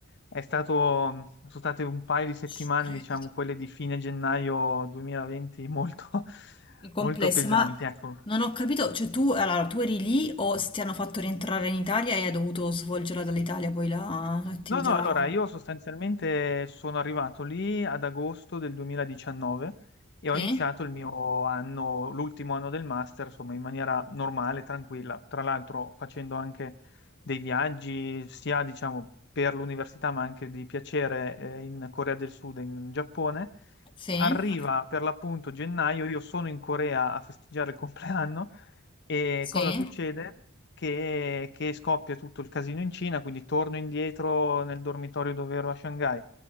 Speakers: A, on the left; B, on the left.
A: è stato, mm, sono state un paio di settimane,
B: Ci credo.
A: diciamo, quelle di fine gennaio 2020, molto, <laughs>
B: i complessi,
A: molto pesanti,
B: ma
A: ecco.
B: non ho capito, cioè tu, allora, tu eri lì o s- ti hanno fatto rientrare in Italia e hai dovuto svolgerla dall'Italia poi la- l'attività?
A: No, no, allora io sostanzialmente sono arrivato lì ad agosto del 2019 e ho
B: Sì,
A: iniziato il mio anno, l'ultimo anno del master, insomma, in maniera normale, tranquilla. Tra l'altro facendo anche dei viaggi, sia diciamo per l'università, ma anche di piacere, eh, in Corea del Sud e in Giappone.
B: sì,
A: Arriva per l'appunto gennaio, io sono in Corea a festeggiare il compleanno e
B: sì,
A: cosa succede? Che, che scoppia tutto il casino in Cina, quindi torno indietro nel dormitorio dove ero a Shanghai,